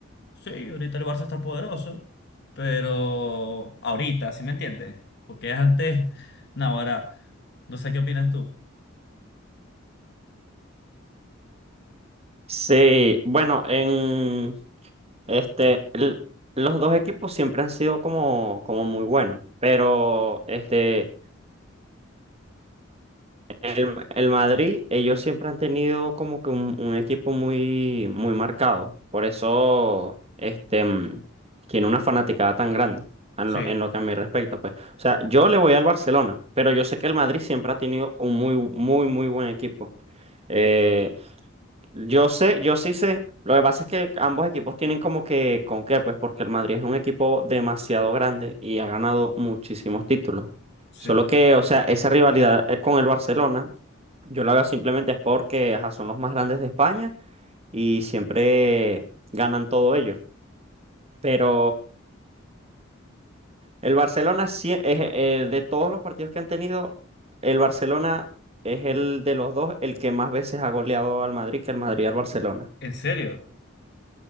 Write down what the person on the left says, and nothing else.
sí, ahorita el Barça está poderoso, pero ahorita, ¿sí me entiendes? Porque antes, <laughs> no, ahora, no sé qué opinas tú.
Sí,
sí.
¿En serio?